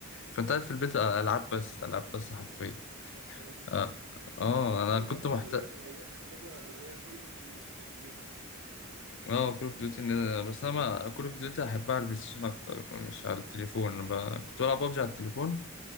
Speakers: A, on the left; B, on the right.
A: فانت قاعد في البيت العاب بس العاب بس حرفيا
B: ده حقيقي
A: اه,
B: كان
A: آه
B: في واحدة
A: انا
B: برضه
A: كنت محت...
B: طلعت زيها كده اللي هي كول اوف ديوتي تقريبا
A: اه كول اوف ديوتي بس انا ما كول اوف ديوتي احبها على البلاي ستيشن اكتر مش على التليفون أنا ب... كنت بلعب ببجي على التليفون